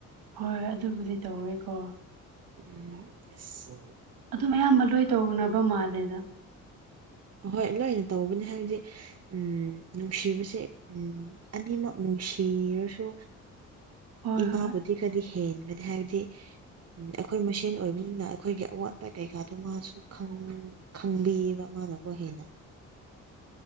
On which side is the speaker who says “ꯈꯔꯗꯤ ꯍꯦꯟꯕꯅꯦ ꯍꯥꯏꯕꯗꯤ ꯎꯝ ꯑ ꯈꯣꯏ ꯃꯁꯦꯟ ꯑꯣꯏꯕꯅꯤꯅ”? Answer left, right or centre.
Right